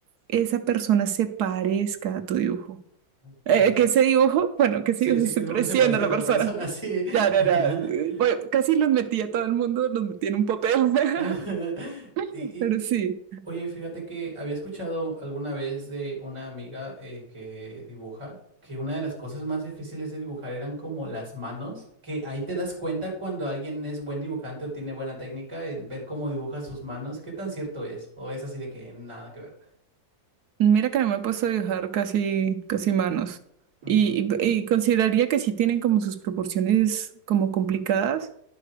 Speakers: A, on the right; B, on the right.
A: esa persona se parezca a tu dibujo.
B: Ok.
A: Eh, que ese dibujo, bueno, que ese
B: se
A: dibujo
B: sí
A: <laughs> se esté
B: que es
A: pareciendo
B: poco se parezca
A: a la
B: a otra
A: persona.
B: persona, sí.
A: Ya, ya,
B: <laughs>
A: ya. Eh, bueno, casi los metí a todo el mundo, los metí en un papel. <laughs>
B: <laughs> Y, y-
A: Pero sí,
B: oye, fíjate que había escuchado alguna vez de una amiga eh, que dibuja que una de las cosas más difíciles de dibujar eran como las manos, que ahí te das cuenta cuando alguien es buen dibujante o tiene buena técnica, en ver cómo dibuja sus manos, qué tan cierto es, o es así de que nada que ver.
A: mira que no me he puesto a dibujar casi, casi manos.
B: Ujú,
A: Y, y- y consideraría que sí tienen como sus proporciones como complicadas,